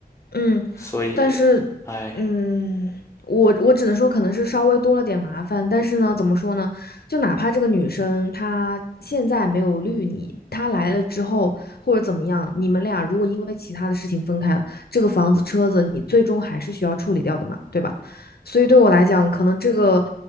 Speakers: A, on the left; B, on the left.
A: 嗯，
B: 所以，
A: 但是，
B: 哎，
A: 嗯，我我只能说可能是稍微多了点麻烦，但是呢，怎么说呢？就哪怕这个女生她现在没有绿你，她来了之后或者怎么样，你们俩如果因为其他的事情分开了，这个房子、车子你最终还是需要处理掉的嘛，对吧？所以对我来讲，可能这个，